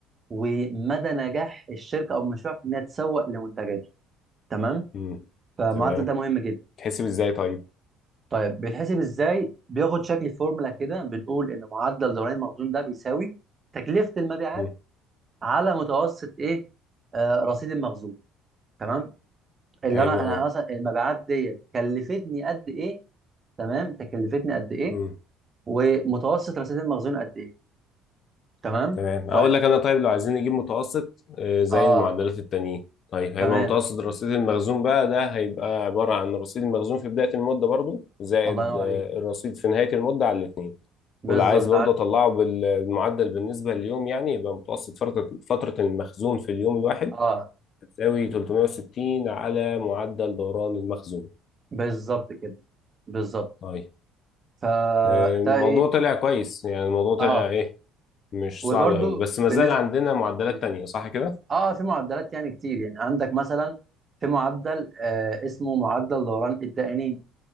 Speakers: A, on the right; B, on the left.
A: ومدى نجاح الشركة او المشروع في انها تسوق لمنتجاته تمام
B: امم
A: فالمعدل
B: تمام
A: ده مهم جدا
B: تحسب ازاي طيب
A: طيب بيتحسب ازاي بياخد شكل فورمولا كده بنقول ان معدل دوران المخزون ده بيساوي تكلفة المبيعات
B: امم
A: على متوسط ايه آه رصيد المخزون تمام اللي
B: حلو
A: انا انا مثلا المبيعات ديت كلفتني قد ايه تمام تكلفتني قد ايه
B: قوي
A: ومتوسط الاسيد المخزون قد ايه تمام
B: تمام اقول
A: طيب
B: لك انا طيب لو عايزين نجيب متوسط آه، زي
A: اه
B: المعدلات التانيين طيب
A: تمام
B: هيبقى متوسط رصيد المخزون بقى ده هيبقى عبارة عن رصيد المخزون في بداية المدة برضو زائد
A: الله ينور
B: آه،
A: عليك
B: الرصيد في نهاية المدة على الاتنين
A: بالظبط
B: واللي عايز برضو
A: عاش
B: اطلعه
A: جدا
B: بال- بالمعدل بالنسبة لليوم يعني يبقى متوسط فترة فترة المخزون في اليوم الواحد
A: اه
B: تساوي 360 على معدل دوران المخزون
A: بالظبط كده بالظبط
B: طيب
A: فده
B: آه، الموضوع
A: ايه
B: طلع كويس يعني الموضوع طلع
A: اه
B: ايه مش
A: وبرده
B: صعب قوي بس ما
A: بالنسبه
B: زال عندنا معدلات
A: مم.
B: تانية صح كده؟
A: اه في معدلات يعني كتير يعني عندك مثلا في معدل آه اسمه معدل دوران الدائنين